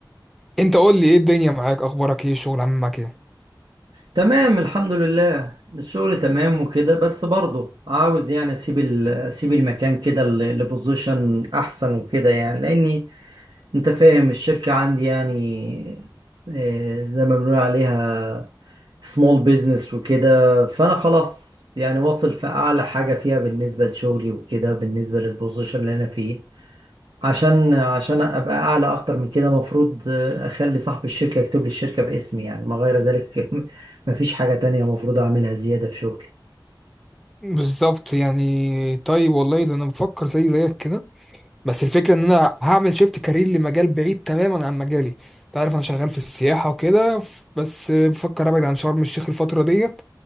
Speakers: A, in the centre; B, on the right.
A: انت قول لي ايه الدنيا معاك اخبارك ايه الشغل عامل معاك ايه
B: تمام الحمد لله الشغل تمام وكده بس برضه عاوز يعني اسيب ال... اسيب المكان كده ل- لبوزيشن احسن وكده يعني لاني انت فاهم الشركة عندي يعني آه، زي ما بنقول عليها سمول بيزنس وكده فانا خلاص يعني واصل في اعلى حاجه فيها بالنسبه لشغلي وكده بالنسبه للبوزيشن اللي انا فيه عشان عشان ابقى اعلى اكتر من كده المفروض اخلي صاحب الشركه يكتب لي الشركه باسمي يعني ما غير ذلك <laughs> مفيش حاجه تانية المفروض اعملها زياده في شغلي
A: بالظبط يعني طيب والله ده انا بفكر زي زيك كده بس الفكرة ان انا هعمل شيفت كارير لمجال بعيد تماما عن مجالي انت عارف انا شغال في السياحة وكده ف- بس بفكر ابعد عن شرم الشيخ الفترة ديت